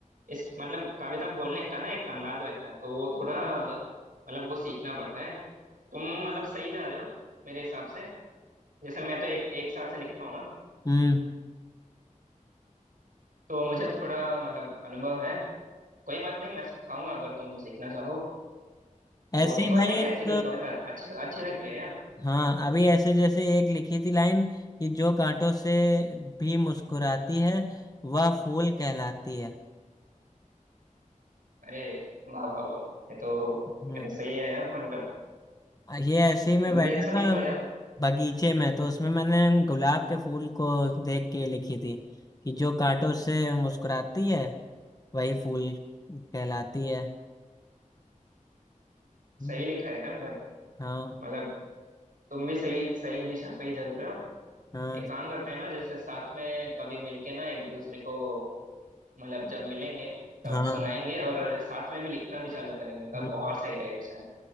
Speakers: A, on the right; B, on the left.
A: इस मतलब कविता बोलने का ना एक अंदाज रहता है तो वो थोड़ा मतलब वो सीखना पड़ता है तुम मतलब सही जा रहे हो मेरे हिसाब से जैसे मैं तो एक एक साल से लिख रहा हूँ ना
B: हम्म
A: तो मुझे थोड़ा मतलब अनुभव है कोई बात नहीं मैं सिखाऊंगा अगर तुम सीखना चाहो तो
B: ऐसे ही
A: एक और
B: भाई
A: है क्या
B: एक
A: ऐसी कोई कविता अच्छी अच्छी लग रही है यार
B: हाँ अभी ऐसे जैसे एक लिखी थी लाइन कि जो कांटों से भी मुस्कुराती है वह फूल कहलाती है
A: अरे वाह वाह वाह ये तो
B: हम्म
A: ये तो सही है यार मतलब
B: ये ऐसे ही मैं
A: तुम
B: बैठा
A: भी अच्छा लिख
B: था
A: रहे हो यार
B: बगीचे में तो उसमें मैंने गुलाब के फूल को देख के लिखी थी कि जो कांटों से मुस्कुराती है वही फूल कहलाती है
A: सही
B: हम्म,
A: लिखा है यार भाई
B: हाँ
A: मतलब तुम भी सही सही दिशा पे ही चल रहे हो
B: हाँ
A: एक काम करते हैं ना जैसे साथ में कभी मिलके ना एक दूसरे को मतलब जब मिलेंगे तब
B: हाँ
A: सुनाएंगे और साथ में भी लिखना भी चालू करेंगे तब
B: हम्म,
A: और सही रहेगा शायद